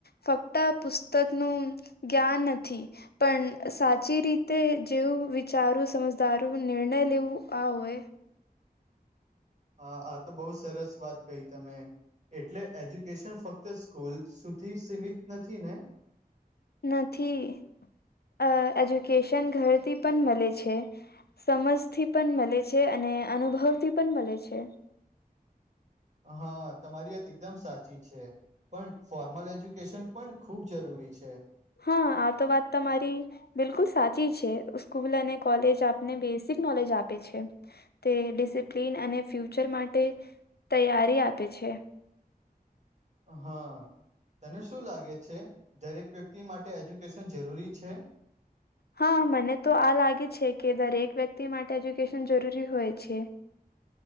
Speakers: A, on the left (about 80°); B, on the right (about 45°).
A: ફક્ત પુસ્તક નું જ્ઞાન નથી. પણ સાચી રીતે જેવું વિચારું સમજદારો નિર્ણય લેવું આ હોય
B: હા આ તો બહુ સરસ વાત કહી તમે. એટલે એજ્યુકેશન ફક્ત સ્કૂલ સુધી સીમિત નથી ને
A: નથી અ એજ્યુકેશન ઘરથી પણ મળે છે. સમજથી પણ મળે છે અને અનુભવથી પણ મળે છે.
B: હા તમારી વાત એકદમ સાચી છે. પણ ફોર્મલ એજ્યુકેશન પણ ખૂબ જરૂરી છે.
A: હા આ તો વાત તમારી બિલકુલ સાચી છે સ્કૂલ અને કોલેજ આપને બેસિક નોલેજ આપે છે. તે ડિસિપ્લિન અને ફ્યુચર માટે તૈયારી આપે છે.
B: હા તને શું લાગે છે દરેક વ્યક્તિ માટે એજ્યુકેશન જરૂરી છે?
A: હા મને તો આ લાગે છે કે દરેક વ્યક્તિ માટે એજ્યુકેશન જરૂરી હોય છે.